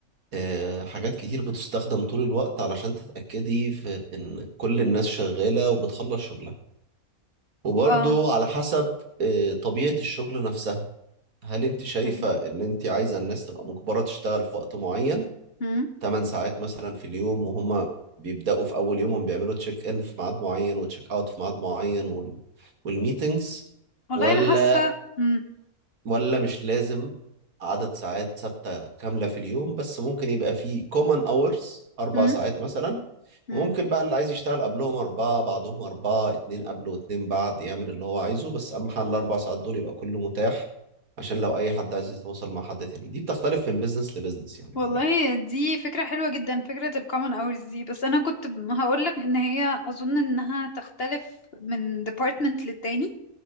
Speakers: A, on the right; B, on the left.
A: آه، حاجات كتير بتستخدم طول الوقت علشان تتاكدي في ان كل الناس شغاله وبتخلص شغلها وبرضو
B: اه
A: على حسب آه، طبيعة الشغل نفسها هل انت شايفة
B: اوكي
A: ان انت عايزة الناس تبقى مجبرة تشتغل في وقت معين
B: مم.
A: 8 ساعات مثلا في اليوم وهم بيبدأوا في اول يومهم بيعملوا تشيك ان في ميعاد معين وتشيك اوت في ميعاد معين وال... والميتينجز
B: والله
A: ولا
B: انا حاسة امم
A: ولا مش لازم عدد ساعات ثابتة كاملة في اليوم بس ممكن يبقى في common hours أربع
B: مم.
A: ساعات مثلا
B: مم.
A: وممكن بقى اللي عايز يشتغل قبلهم أربعة بعدهم أربعة اتنين قبله واتنين بعد يعمل اللي هو عايزه بس أهم حاجة الأربع ساعات دول يبقى كله متاح عشان لو أي حد عايز يتواصل مع حد تاني دي بتختلف من بيزنس لبيزنس يعني
B: والله
A: عامة
B: دي فكرة حلوة جدا فكرة الكومن hours دي بس أنا كنت هقولك إن هي أظن إنها تختلف من department للتاني